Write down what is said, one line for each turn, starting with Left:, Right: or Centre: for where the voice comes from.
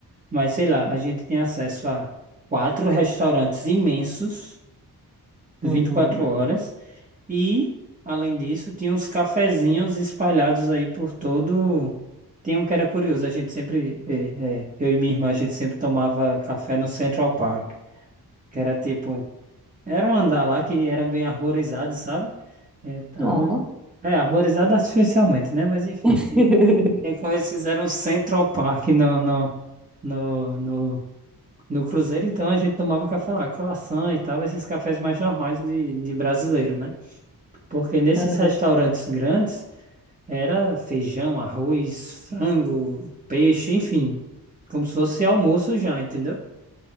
Right: Mas sei lá, a gente tem acesso a quatro restaurantes imensos, de
Centre: Uhum.
Right: vinte e quatro horas, e, além disso, tinha uns cafezinhos espalhados aí por todo. Tinha um que era curioso, a gente sempre, é, é, eu e minha irmã, a gente sempre tomava café no Central Park, que era tipo. Era um andar lá que era bem arborizado, sabe? Então,
Centre: Ó.
Right: é, arborizado <laughs> artificialmente, né? Mas enfim,
Centre: <laughs>
Right: ti- tem como eles fizeram um Central Park no, no, no, no, no Cruzeiro, então a gente tomava café lá, croissant e tal, esses cafés mais normais de, de brasileiro, né? Porque nesses
Centre: Uhum.
Right: restaurantes grandes era feijão, arroz, frango, peixe, enfim, como se fosse almoço já, entendeu?